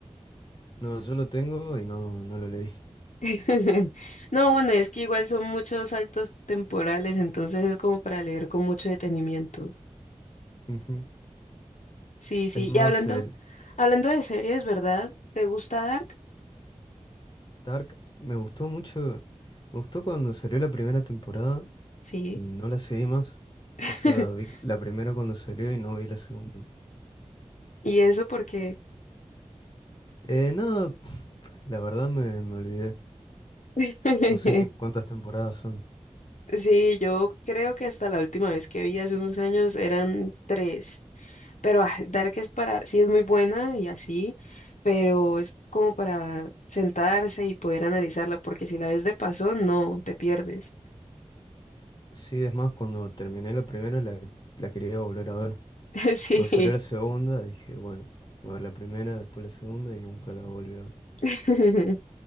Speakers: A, on the left (about 35°); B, on the left (about 85°).
A: No, yo lo tengo y no, no lo leí.
B: <laughs> No, bueno, es que igual son muchos saltos temporales, entonces es como para leer con mucho detenimiento.
A: Ujú.
B: Sí, sí.
A: Es más,
B: Y hablando,
A: el
B: hablando de series, ¿verdad? ¿Te gusta Dark?
A: Dark me gustó mucho. Me gustó cuando salió la primera temporada
B: Sí.
A: y no la seguí más.
B: <laughs>
A: O sea, vi la primera cuando salió y no vi la segunda.
B: Y eso porque
A: Eh, no, <sniffs> la verdad me, me olvidé.
B: <laughs>
A: No sé ni cuántas temporadas son.
B: sí, yo creo que hasta la última vez que vi hace unos años eran tres. Pero ah, Dark es para, sí es muy buena y así, pero es como para sentarse y poder analizarla, porque si la ves de paso, no, te pierdes.
A: Sí, es más, cuando terminé la primera la, la quería volver a ver.
B: <laughs> Sí.
A: Luego salió la segunda, dije, bueno, voy a ver la primera, después la segunda y nunca la volví a ver.
B: <laughs>